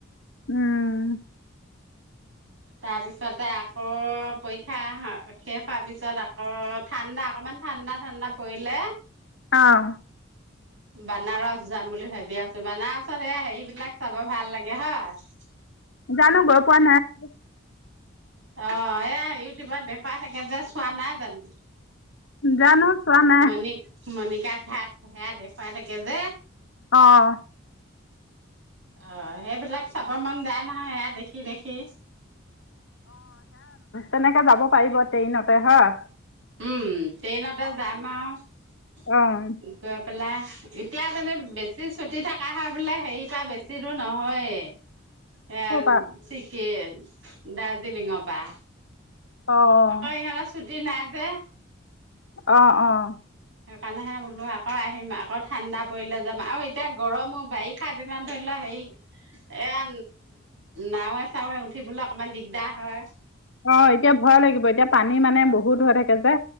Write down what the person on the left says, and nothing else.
উম
অহ
জানো গৈ পোৱা নাই।
জানো চোৱা নাই
অহ
তেনেকে যাব পাৰিব ট্ৰেইনতে হয়।
অঁ
ক'ৰপা
অঁ
অহ অহ।
অহ এতিয়া ভয় লাগিব এতিয়া পানী মানে বহুত হৈ থাকে যে।